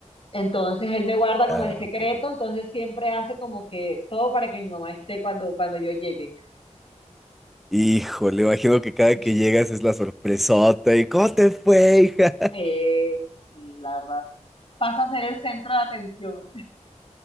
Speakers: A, on the left; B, in the centre.
A: Entonces él me guarda
B: Ah,
A: como el secreto,
B: ok.
A: entonces siempre hace como que todo para que mi mamá esté cuando, cuando yo llegue.
B: Híjole, imagino que cada
A: <laughs>
B: que llegas es la sorpresota y ¿cómo te fue, hija?
A: Eh, sí, la verdad. Paso a ser el centro de atención.